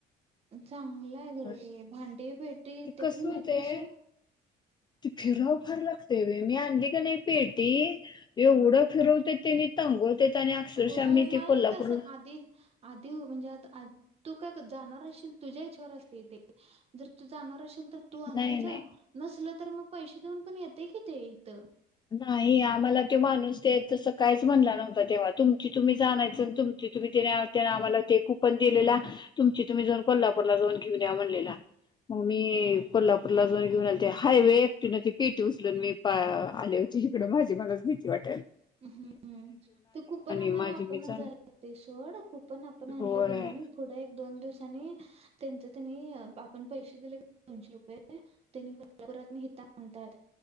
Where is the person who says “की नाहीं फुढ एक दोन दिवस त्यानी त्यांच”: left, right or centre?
Right